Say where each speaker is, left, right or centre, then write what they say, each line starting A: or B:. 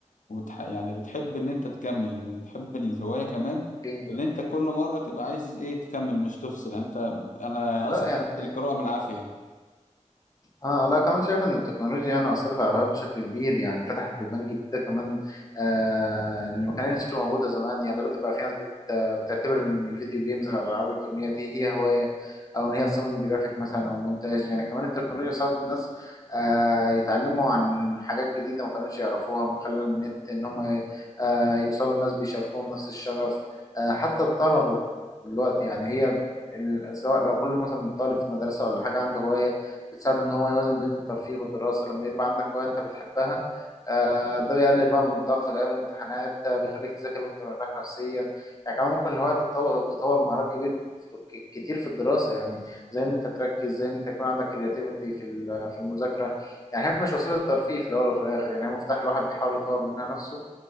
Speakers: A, on the left; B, on the left.
A: وبتح... يعني بتحب إن أنت تكمل من تحب الهواية كمان
B: أكيد
A: اللي أنت كل مرة تبقى عايز إيه تكمل مش تفصل يعني أنت أنا
B: لا
A: أصلا
B: يعني
A: بفصل القراءة بالعافية
B: اه لا كمان شايف ان التكنولوجيا يعني اثرت على الهوايات بشكل كبير يعني فتحت بيبان جديده كمان آه ان ما كانتش موجوده زمان يعني دلوقتي بقى في ناس بت بتعتبر ان الفيديو جيمز او الالعاب الالكترونيه دي هي هوايه او ان هي تصمم جرافيك مثلا او مونتاج يعني كمان التكنولوجيا ساعدت الناس آه يتعلموا عن حاجات جديده ما كانوش يعرفوها من خلال النت ان هم آه يوصلوا لناس بيشاركوهم نفس الشغف آه حتى الطلبه دلوقتي يعني هي ال- سواء لو كل مثلا طالب في مدرسه ولا حاجه عنده هوايه بتساعده ان هو يوازن بين الترفيه والدراسه لما يبقى عندك هوايه انت بتحبها آه، ده بيقلل بقى من ضغطك ايام الامتحانات آه، بيخليك تذاكر وانت مرتاح نفسيا يعني كمان ممكن الهوايه تتطو- تطور مهارات كبير ك- كتير في الدراسه يعني زي ان انت تركز زي ان انت يكون عندك كرياتيفيتي في ال- في المذاكره يعني هي مش وسيله ترفيه في الاول وفي الاخر يعني هي مفتاح الواحد بيحاول يطور منها نفسه